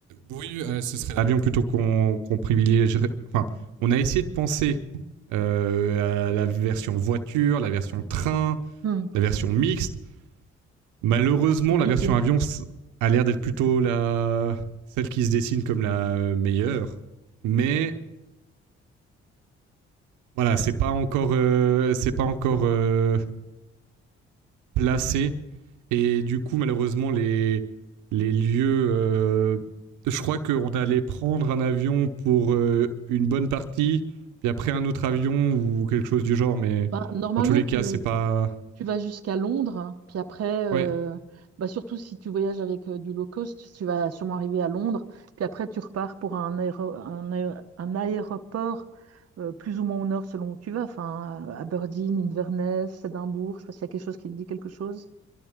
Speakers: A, on the right; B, on the right.
A: oui, euh, ce serait l'avion plutôt qu'on qu'on privilégierait. Enfin, on a essayé de penser euh, à la version voiture, la version train,
B: Hmm,
A: la version mixte. Malheureusement,
B: compliqué.
A: la version avion a l'air d'être plutôt la celle qui se dessine comme la euh, meilleure. Mais voilà, c'est pas encore, euh, c'est pas encore euh, placé. Et du coup, malheureusement, les, les lieux. euh, je crois qu'on allait prendre un avion pour euh, une bonne partie, puis après un autre avion ou quelque chose du genre, mais
B: Bah, normalement,
A: dans tous les
B: tu,
A: cas, c'est pas.
B: Tu vas jusqu'à Londres, hein. puis après, euh,
A: Ouais.
B: bah surtout si tu voyages avec euh, du low cost, tu vas sûrement arriver à Londres, puis après tu repars pour un, aéro- un, aé- un aéroport euh, plus ou moins au nord selon où tu vas, enfin euh, Aberdeen, Inverness, Édimbourg, je sais pas s'il y a quelque chose qui te dit quelque chose,